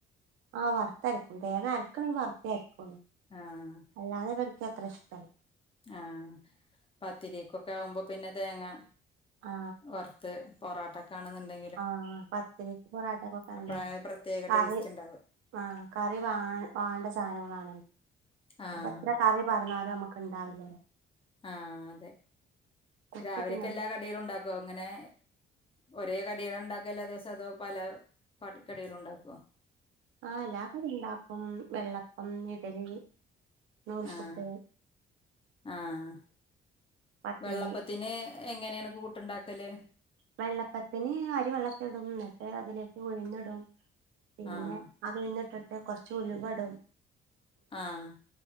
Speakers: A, on the right; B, on the left.
A: ആ വർ ത്തര്ക്കും തേങ്ങ അര്ക്കാണെങ്കി വർത്തെ അര്ക്കൊള്ളു
B: ആഹ്
A: അല്ലാതെ ഇവര്ക്ക് അത്ര ഇഷ്ടല്ല
B: ആ പത്തിരിക്കൊക്കെ ആവുമ്പോ പിന്നെ തേങ്ങ
A: ആ
B: വർത്ത് പൊറാട്ടക്കാണ്ന്ന് ണ്ടെ
A: ആ പത്തിരിക്ക് പൊറാട്ടക്കൊക്കല്ലേ
B: അപ്പഴാ ഒരു പ്രത്യേക
A: കറി
B: ടേസ്റ്റ് ഉണ്ടാവുക
A: ആ കറി വാ വാണ്ട സാനങ്ങളാണ്
B: ആഹ്
A: അയ്ക്ക് എത്ര കറി പാർന്നാലും നമുക്ക്ണ്ടാവില്ലല്ലോ
B: ആ അതെ.
A: കുത്തി
B: രാവിലെക്ക്
A: തിന്നാൻ
B: എല്ലാ കടികളും ഇണ്ടാക്കോ ഇങ്ങനെ ഒരേ കടികള്ണ്ടാക്ക എല്ലാ ദിവസവും അതോ പല പട് കടികളുണ്ടാക്കോ
A: ആഹ് എല്ലാ കടിണ്ടാക്കും വെള്ളപ്പം, ഇഡലി നൂൽപുട്ട്
B: ആഹ് ആഹ്
A: പത്തിരി
B: വെള്ളപ്പത്തിന് എങ്ങനെണ് കൂട്ട്ണ്ടാക്കല്?
A: വെള്ളപ്പത്തിന് അരി വെള്ളത്തിടുംന്നട്ട് അതിലേക്ക് ഉഴ്ന്ന്ടും പിന്നെ
B: ആഹ്
A: അത് പിന്നെട്ടിട്ട് കൊർച്ച് ഉലുവ ടും
B: ആഹ്